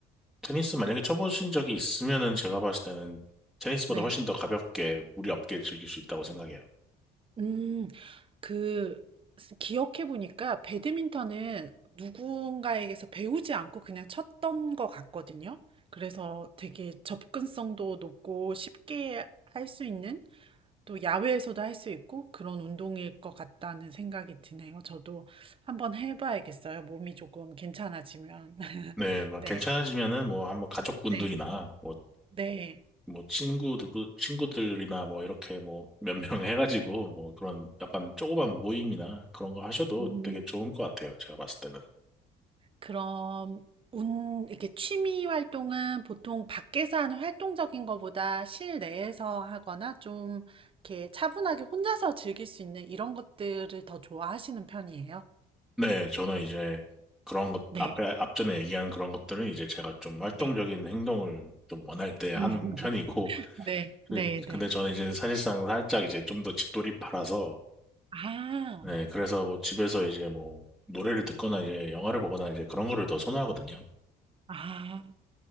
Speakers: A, in the centre; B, on the right.
A: 테니스 만약에 쳐보신 적이 있으면은 제가 봤을 때는 테니스보다
B: 네.
A: 훨씬 더 가볍게 무리 없게 즐길 수 있다고 생각해요.
B: 음. 그 기억해 보니까 배드민턴은 누군가에게서 배우지 않고 그냥 쳤던 것 같거든요. 그래서 되게 접근성도 높고 쉽게 할 수 있는 또 야외에서도 할 수 있고 그런 운동일 것 같다는 생각이 드네요. 저도 한번 해봐야겠어요. 몸이 조금 괜찮아지면. <laughs>
A: 네, 막
B: 네.
A: 괜찮아지면은 뭐 한번 가족분들이나
B: 네.
A: 뭐,
B: 네.
A: 뭐 친구들, 친구들이나 뭐 이렇게 뭐 몇 명 <laughs> 해가지고 뭐 그런 약간 조그만 모임이나 그런 거 하셔도
B: 음.
A: 되게 좋은 것 같아요. 제가 봤을 때는.
B: 그럼 운 이렇게 취미 활동은 보통 밖에서 하는 활동적인 것보다 실내에서 하거나 좀 이렇게 차분하게 혼자서 즐길 수 있는 이런 것들을 더 좋아하시는 편이에요?
A: 네, 저는 이제 그런 것,
B: 네,
A: 앞에, 앞전에 얘기한 그런 것들은 이제 제가 좀 활동적인
B: 네.
A: 행동을 좀 원할 때 하는
B: <laughs>
A: 편이고, <laughs>
B: 네,
A: 근데
B: 네, 네.
A: 근데 저는 이제 사실상 살짝 이제 좀 더 집돌이파라서,
B: 아,
A: 네, 그래서 뭐 집에서 이제 뭐 노래를 듣거나 이제 영화를 보거나 이제 그런 거를 더 선호하거든요.
B: 아.